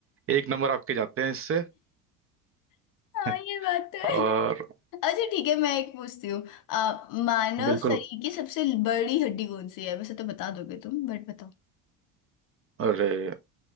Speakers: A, on the right (about 30°); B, on the left (about 45°).
A: एक नंबर आपके जाते हैं इससे <laughs>
B: हाँ ये बात तो है
A: और
B: <laughs> अच्छा ठीक है मैं एक पूछती हूँ आ, मानव
A: बिल्कुल
B: शरीर की सबसे बड़ी हड्डी कौन सी है वैसे तो बता दोगे तुम बट बताओ
A: अरे